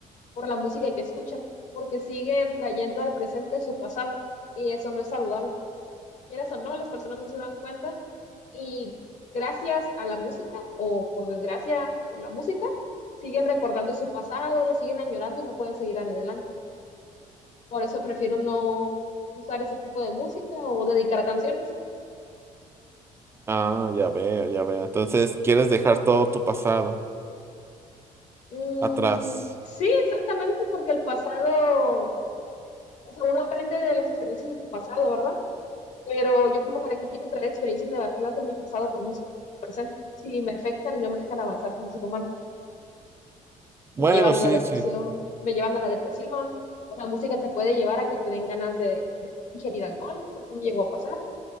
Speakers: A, on the left (about 55°); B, on the right (about 20°).
A: por la música que escuchan, porque siguen trayendo al presente su pasado y eso no es saludable. Quieras o no, las personas no se dan cuenta y gracias a la música o por desgracia por la música, siguen recordando su pasado, lo siguen añorando y no pueden seguir adelante. Por eso prefiero no usar ese tipo de música o dedicar canciones.
B: Ah, ya veo, ya veo. Entonces quieres dejar todo tu pasado
A: Mm,
B: atrás.
A: sí, exactamente, porque el pasado, o sea, uno aprende de las experiencias de tu pasado, ¿verdad? Pero yo como para qué quiero traer experiencias negativas de mi pasado con música presente, si me afectan y no me dejan avanzar como ser humano,
B: Bueno,
A: me llevan
B: sí,
A: a la depresión,
B: sí.
A: me llevan a la depresión, o la música te puede llevar a que te den ganas de, de ingerir alcohol, porque me llegó a pasar,